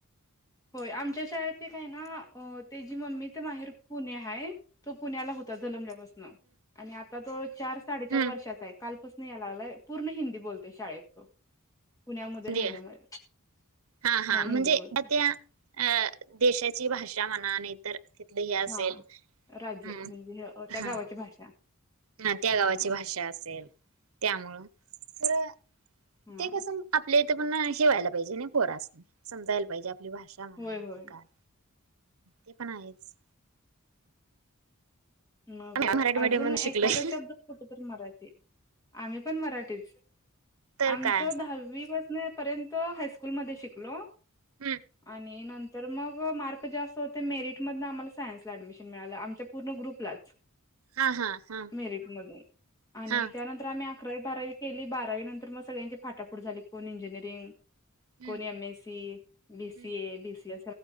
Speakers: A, on the left; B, on the right.
A: होय आमच्या शाळेत ते काय आहे न त्याची मम्मी तर माहेर पुणे आहे तो पुण्याला होता जलंमल्या पासुन हम्म आणि आता तो चार, साडे चार
B: हम्म
A: वर्षाचा आहे. कालपासन यालागला हाय पूर्ण हिंदी बोलते शाळेत तो पुण्यामध्ये
B: हिंदी
A: राहिल्यामुळे
B: हाय हा,
A: ह
B: हा म्हणजे
A: हिंदी बोलतोय
B: आत्या अ देशाची भाषा म्हणा नाही तर तिथल हे असेल
A: हा राज्य
B: हम्म,
A: म्हणजे हे अ, त्या
B: हा.
A: गावाची भाषा.
B: ना त्या गावाची
A: हा
B: भाषा असेल त्यामुळं तर
A: हा
B: ते कसं? आपल्या इथे पण शेवायला पाहिजे नाही पोरास नाही समजायला पाहिजे आपली भाषा म्हणा
A: होय होय
B: काय. ते पण आहेच.
A: मग
B: आम्ही मराठी मीडियम
A: अजून
B: मधून
A: एखादा
B: शिकलोय
A: शब्द कुठ तरी मराठी आम्ही पण मराठीच
B: तर
A: आमच
B: काय
A: दहावी पण म पर्यंत हायस्कूलमध्ये शिकलो
B: हम्म
A: आणि न तर मग मार्क जास्त होते मेरिटमधनं आम्हाला सायन्सला ऍडमिशन मिळालं आमच्या पूर्ण ग्रुपलाच.
B: हा हा हा
A: मेरिट मधून आणि
B: हा
A: त्यानंतर आम्ही अकरावी, बारावी केली बारावी नंतर मग सगळ्यांची फाटाफुट झाली कोण इंजिनिअरिंग
B: हम्म
A: कोणी M, S, C, - B,
B: हम्म
A: C, ए, - बी, सी, ए.